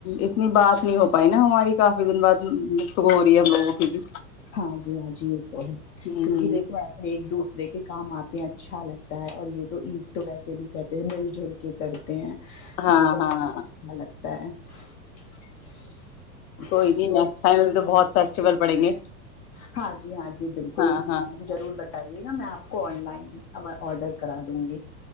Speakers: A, on the left; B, on the left.
A: اتنی بات نہیں ہو پائی نا ہماری کافی دن بعد گفتگو ہو رہی ہے ہم لوگوں کی بھی
B: ہاں جی ہاں جی یہ تو ہے
A: ہوں
B: کیونکہ
A: ہوں
B: دیکھو ایسے ایک دوسرے کے کے کام آتے ہیں اچھا لگتا ہے اور یہ تو عید تو ویسے بھی کہتے ہیں مل جل کے کرتے ہیں
A: ہاں
B: ہمیں تو
A: ہاں
B: <inaudible>
A: کوئی نہیں
B: تو
A: فائنل میں بہت فیسٹیول پڑیں گے
B: ہاں جی ہاں جی بالکل
A: ہاں ہاں
B: ضرور بتائیے گا میں آپ کو آن لائن آڈر کرا دوں گی